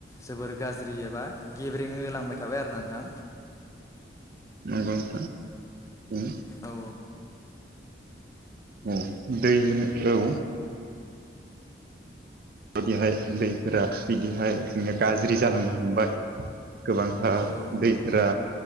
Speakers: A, on the left; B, on the right.
A: जोबोर गाज्रि एबा गेब्रेङो लांबाय थाबाय आरो ना नोंथां।
B: <unintelligible> नंगौ नोंथां उम।
A: औ
B: औ दै होनो औ। बिदिहाय दैफोरा बिदिहाय जोङो गाज्रि जालांनो हमबाय। गोबांथार
A: औ
B: दैफोरा